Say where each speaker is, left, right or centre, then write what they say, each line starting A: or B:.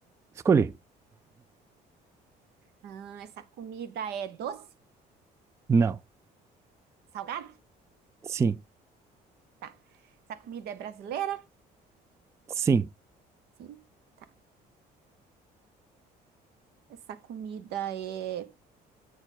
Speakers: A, on the right; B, on the right.
A: Escolhi.
B: Ah, essa comida é doce?
A: Não.
B: Salgado?
A: Sim.
B: Tá. Essa comida é brasileira?
A: Sim.
B: Sim, tá. Essa comida é